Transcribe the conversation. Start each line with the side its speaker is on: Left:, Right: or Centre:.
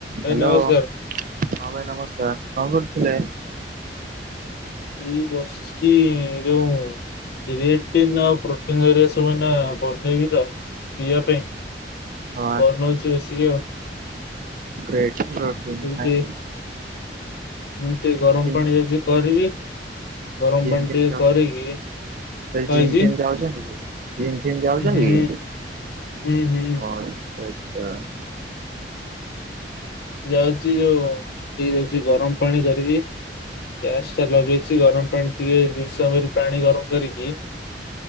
Left: ଭାଇ
Right: ହାଲୋ,
Left: ନମସ୍କାର
Right: ହଁ ଭାଇ ନମସ୍କାର୍। କଣ କରୁଥିଲେ?
Left: ଏଇ ବସିକି ଏ ଯୋ ରେଟିନ୍ ଆଉ ପୋ- ପ୍ରୋଟିନ କରିବା ସବୁଦିନ ବନେଇବି ତ ପିଇବା ପାଇଁ।
Right: ହଁ
Left: ବନଉଚି ବସିକି ଆଉ।
Right: <unintelligible> ପ୍ରୋଟିନ
Left: ଏମିତି
Right: ହେଁ।
Left: ମୁଁ ଟିକେ ଗରମ
Right: ଜିମ୍
Left: ପାଣି ଯାଉଛି କରିବି। ଗରମ
Right: ଜିମ
Left: ପାଣି
Right: ଫିମ୍
Left: ଟିକେ
Right: ତ
Left: କରିକି କଣ
Right: ଜିମ
Left: ହେଇଛି
Right: ଫିମ୍ ଯାଉଛନ୍ତି କି? ଜିମ୍ ଫିମ ଯାଉଛନ୍ତି
Left: ହୁଁ
Right: କି
Left: ହୁଁ ହୁଁ
Right: ଓ ଆଛା।
Left: ଯାଉଛି ଯୋଉ ଦି ଡେକିଚି ଗରମ ପାଣି କରିବି। ଗ୍ୟାସ୍ ଟା ଲଗେଇଛି ଗରମ ପାଣି ଟିକେ ଦୁଇଶ ଏମେଲ ପାଣି ଗରମ କରିକି